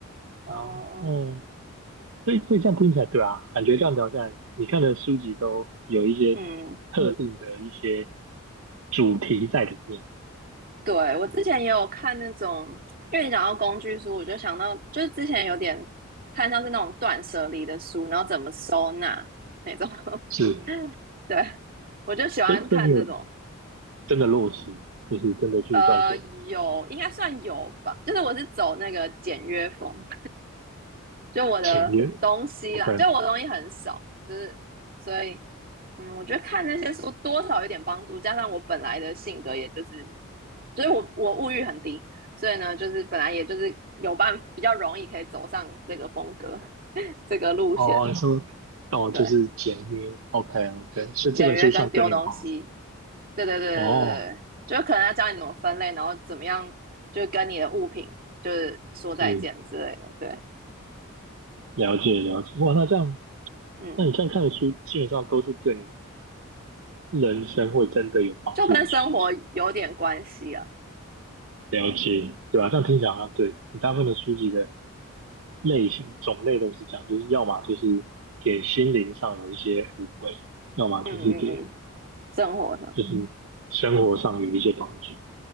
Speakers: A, on the right; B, on the right.
A: 哦，
B: 然后，所以所以这样听起来，对啊，感觉这样聊下来，你看的书籍都有一些特定的一些
A: 嗯，
B: 主题在里面，
A: 对，我之前也有看那种，因为你讲到工具书，我就想到，就是之前有点看像是那种断舍离的书，然后怎么收纳那种，
B: 是
A: <laughs> 对，我就喜欢看这种。
B: 所以所以你有真的落实，就是真的去断舍离。
A: 呃，有，应该算有吧。就是我是走那个简约风，就我的东西啦，
B: 前面 OK，
A: 就我的东西很少，就是所以，嗯，我觉得看那些书多少有点帮助，加上我本来的性格，也就是，所以我我物欲很低，所以呢，就是本来也就是有办比较容易可以走上这个风格 <laughs> 这个路线，
B: 哦，你说哦，
A: 对。
B: 就是简约 OK OK，所以这本书算对你有帮助。
A: 简约跟丢东西。对对对对对，
B: 哦，
A: 对就是可能要教你怎么分类，然后怎么样，就是跟你的物品就是说再见之类的。
B: 是，
A: 对，
B: 了解了解。哇，那这样，
A: 嗯，
B: 那你这样看的书，基本上都是对你人生会真的有帮助的书籍。
A: 就跟生活有点关系啊。
B: 了解，对吧、这样听起来好像对，你大部分的书籍的类型种类都是这样，就是要么就是给心灵上有一些抚慰，要么就是给
A: 嗯嗯嗯，生活呢，
B: 就是生活上有一些帮助。